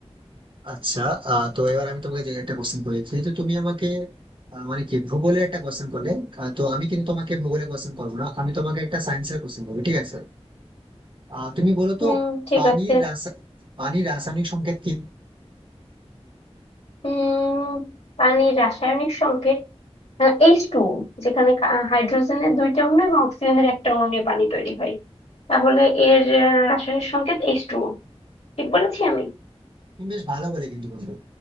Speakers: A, on the right (about 50°); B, on the left (about 70°).
A: আচ্ছা আহ, তো এবার আমি তোমাকে যে একটা কোশ্চেন করি যেহেতু তুমি আমাকে আহ, মানে কি ভূগোলের একটা কোশ্চেন করলে আহ, তো আমি কিন্তু তোমাকে ভূগোলের কোশ্চেন করবো না আমি তোমাকে একটা সায়েন্সের কোশ্চেন করবো ঠিক আছে আহ, তুমি বলো
B: হুম
A: তো
B: ঠিক
A: পানির
B: আছে
A: রাসা পানির রাসায়নিক সংকেত কি
B: হুম পানির রাসায়নিক সংকেত এইচ টু যেখানে কা- হাইড্রোজেনের দুইটা অণু এবং অক্সিজেনের একটা অণু নিয়ে পানি তৈরি হয় তাহলে এর আহ, রাসায়নিক সংকেত এইচ টু ঠিক বলেছি আমি
A: তুমি বেশ ভালো বলে কিন্তু বন্ধু